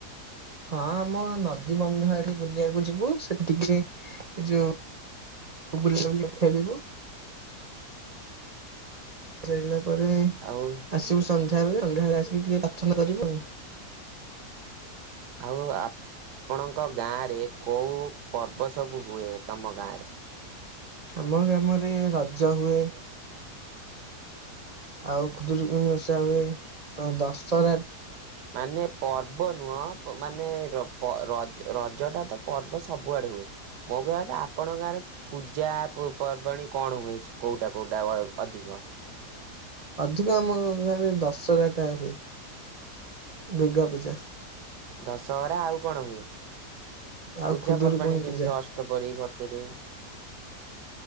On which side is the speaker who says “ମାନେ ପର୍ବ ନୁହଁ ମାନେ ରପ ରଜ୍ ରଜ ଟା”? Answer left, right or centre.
Right